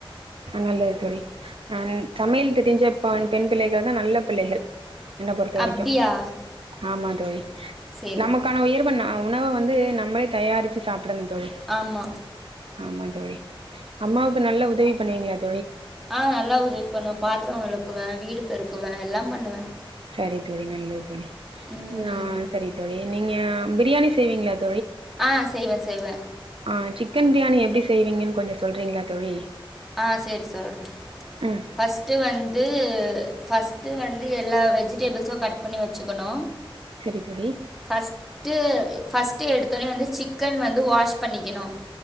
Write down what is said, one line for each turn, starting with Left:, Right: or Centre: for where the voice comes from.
Right: நல்லது தோழி அ சமையல் தெரிஞ்சப் ப பெண் பிள்ளைகள் தா நல்ல பிள்ளைகள் என்ன பொறுத்த வரைக்கு
Centre: அப்டியா
Right: ஆமா தோழி
Centre: சரி
Right: நமக்கான உயர்வ நா உணவ வந்து நம்மளே தயாரிச்சு சாப்பிட் படணு தோழி
Centre: ஆமா
Right: ஆமா தோழி அம்மாவுக்கு நல்ல உதவி பண்ணுவீங்களாத்
Centre: ஆ நல்லா உதவி பண்ணுவே பாத்தர வெளக்குவே வீடு பெருக்குவே எல்லா பண்ணுவே
Right: செரி தோழி நல்லது தோழி
Centre: ம்
Right: நா செரி தோழி நீங்க பிரியாணி செய்வீங்களாத்
Centre: ஆ செய்வே செய்வே
Right: ஆ சிக்கன் பிரியாணி எப்டி செய்வீங்கன்னு கொஞ்சோ சொல்றீங்களா தோழி
Centre: ஆ சேரி சொல்ற
Right: ம்
Centre: ஃபஸ்ட்டு வந் து ஃபஸ்ட்டு வந்து எல்லா வெஜிடேபிள்ஸு கட் பண்ணி வச்சுக்கணு
Right: சரி தோழி
Centre: ஃபஸ்ட்டு ஃபஸ்ட் டு எடுத்தோனே வந்து சிக்கன் வந்து வாஷ் பண்ணிக்கணு